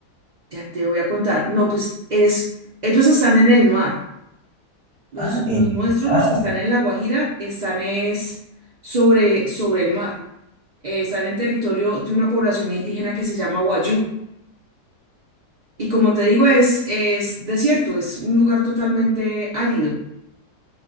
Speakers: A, on the right; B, on the left.
A: Ya te voy a contar. No, pues es, ellos están en el mar. Los,
B: Ah,
A: los
B: en el
A: nuestros,
B: mar.
A: los que están en La Guajira, están es sobre, sobre el mar. Eh, están en territorio de una población indígena que se llama Wayú. Y como te digo, es, es desierto, es un lugar totalmente árido.